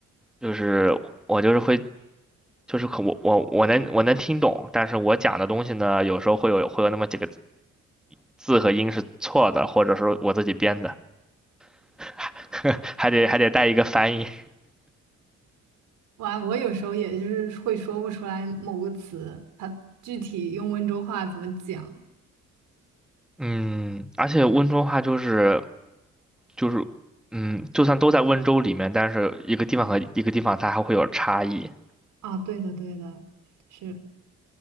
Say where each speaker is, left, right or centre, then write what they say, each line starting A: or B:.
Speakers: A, in the centre; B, on the right.
A: 就是我就是会，就是可我我我能我能听懂，但是我讲的东西呢，有时候会有会有那么几个字和音是错的，或者说我自己编的，<laughs> 还得还得带一个翻译。
B: 我我有时候也就是会说不出来某个词，他具体用温州话怎么讲
A: 嗯，而且温州话就是就是，嗯，就算都在温州里面，但是一个地方和一个地方它还会有差异。
B: 啊？对的，对的，是，